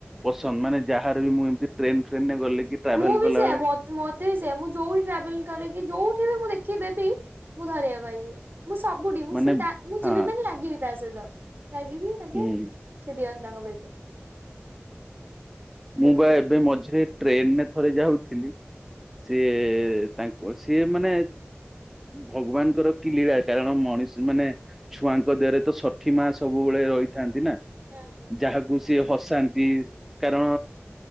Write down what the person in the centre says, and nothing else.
ପସନ୍ଦ ମାନେ ଯାହାର ବି ମୁଁ ଏମତି ଟ୍ରେନ ଫ୍ରେନରେ ଗଲି କି ଟ୍ରାଭେଲ
କଲା
ବେଳେ
ମାନେ
ହଁ
ହୁଁ,
ମୁଁ
ବା ଏବେ ମଝିରେ ଟ୍ରେନରେ ଥରେ ଯାଉଥିଲି ସିଏ ତାଙ୍କ ସିଏ ମାନେ ଭଗବାନଙ୍କର କି ଲୀଳା କାରଣ ମଣିଷ ମାନେ ଛୁଆଙ୍କ ଦେହରେ ତ ଷଠି ମା ସବୁବେଳେ ରହିଥାନ୍ତି ନା
ଯାହାକୁ ଉଁ, ସିଏ ହସାନ୍ତି କାରଣ